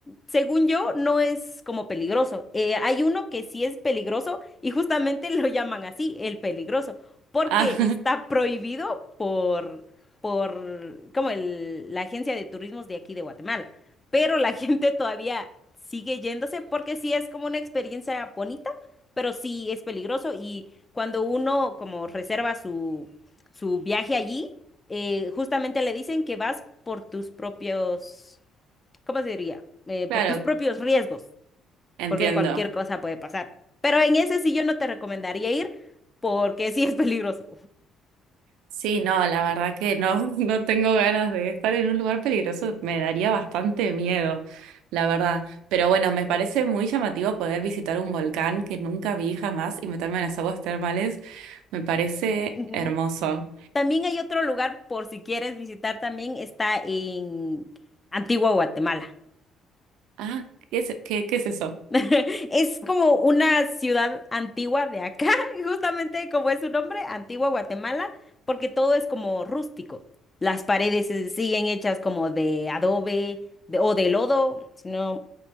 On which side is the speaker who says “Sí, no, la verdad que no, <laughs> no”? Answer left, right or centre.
Right